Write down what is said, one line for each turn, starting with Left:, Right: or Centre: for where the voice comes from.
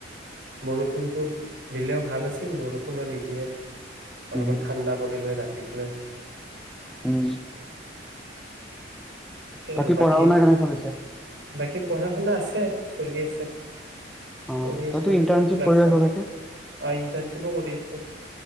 Right: বৰষুণটো দিলেও ভাল আছিল বৰষুণো নিদিয়ে। অলপমান
Centre: উম
Right: ঠাণ্ডা পৰিল হৈ গাত। শিকিলে।
Centre: উম
Right: তাকে
Centre: বাক
Right: আৰু
Centre: কি
Right: বাকী
Centre: পঢ়া শুনা কেনে চলিছে
Right: বাকী পঢ়া শুনা আছে আৰু চলি আছে।
Centre: অ
Right: কৰি
Centre: তইতো
Right: আছো
Centre: ইণ্টাৰ্ণশ্বিপ
Right: ক্লাছ
Centre: কৰি
Right: চাচ,
Centre: আছ চাগে
Right: ইন্টাৰনশিপো কৰি আছোঁ,